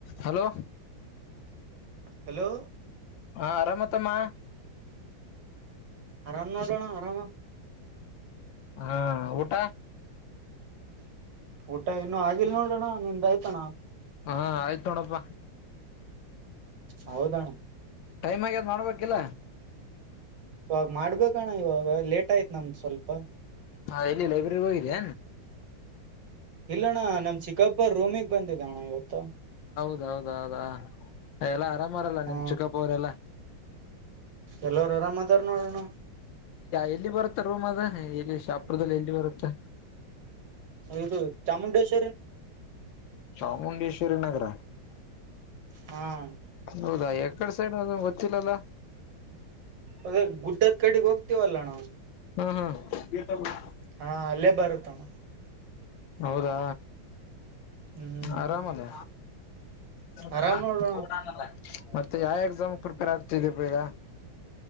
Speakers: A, on the left; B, on the right.
A: hello
B: hello
A: ಹಾ ಆರಾಮತ್ತಮ್ಮ
B: ಆರಾಮ್ ನೋಡೋಣ ಆರಾಮ
A: ಹಾ ಊಟ
B: ಊಟ ಇನ್ನು ಆಗಿಲ್ ನೋಡೋಣ್ಣ ನಿಮ್ದ ಆಯ್ತಣ್ಣ
A: ಹಾ ಆಯ್ತು ತೊಡಪ್ಪ
B: ಹೌದನ
A: ಟೈಮ್ ಆಗ ಮಾಡ್ಬೇಕಿಲ್ಲ
B: ಇವಾಗ ಮಾಡ್ಬೇಕಣ ಇವಾಗ ಲೇಟ್ ಆಯ್ತ್ ನಮ್ದು ಸ್ವಲ್ಪ
A: ಹಾ ಎಲ್ಲಿ ಲೈಬ್ರರಿ ಹೋಗಿದ್ದ
B: ಇಲ್ಲಣ್ಣ ನಮ್ ಚಿಕ್ಕಪೋರ ರೋಮಿಿಗೆ ಬಂದಿದ್ದಣ್ಣ ಇವತ್ತು
A: ಹೌದೌದಾ ಎಲ್ಲಾ ಆರಾಮಅವ್ರಲ
B: ಹಾ
A: ನಿಮ್ ಚಿಕ್ಕಪ್ಪ ಅವರೆಲ್ಲಾ
B: ಎಲ್ಲರು ಆರಾಮ್ದಾರ ನೋಡೋಣ
A: ಎಲ್ಲಿ ಬರುತ್ತೆ ರೂಮ್ ಅದ ಎಲ್ಲಿ ಶಾಪುರದಲ್ಲಿ ಎಲ್ಲಿ ಬರುತ್ತೆ
B: ಇದು ಚಾಮುಂಡೇಶ್
A: ಚಾಮುಂಡೇಶ್ವರಿ ನಗರ
B: ಹ್ಮ್
A: ಹೌದಾ ಎಕಡೆ ಸೈಡ್ ಅ ಗೊತ್ತಿಲ್ಲಲ್ಲ
B: ಅದ ಗುಡ್ಡ ಕಡೆಗ್ ಹೋಗ್ತಿವಲ್ಲ ನಾವು
A: ಹ್ಮ್ ಹ್ಮ್
B: ಹಾ ಅಲ್ಲೇ ಬರುತ್ತಣ
A: ಹೌದಾ
B: ಹ್ಮ್
A: ಆರಾಮ ಅದ <unintelligible>
B: ಆರಾಮ್ ನೋಡೋಣ
A: <inaudible> ಮತ್ತೆ ಯಾವ ಎಕ್ಸಾಮ್ ಪ್ರಿಪೇರ್ ಆಗ್ತಿದಪ ಈಗ